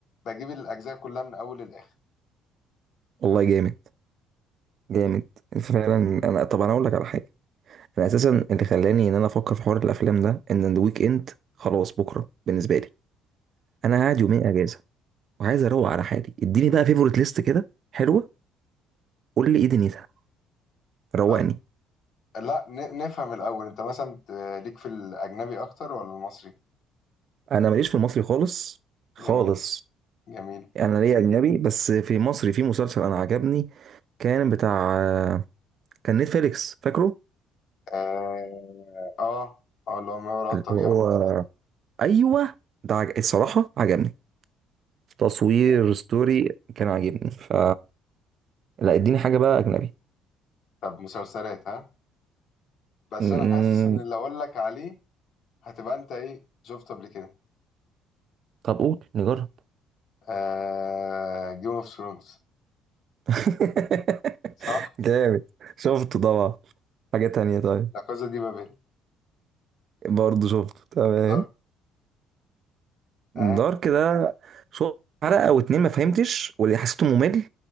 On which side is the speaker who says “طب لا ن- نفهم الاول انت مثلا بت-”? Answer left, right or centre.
Left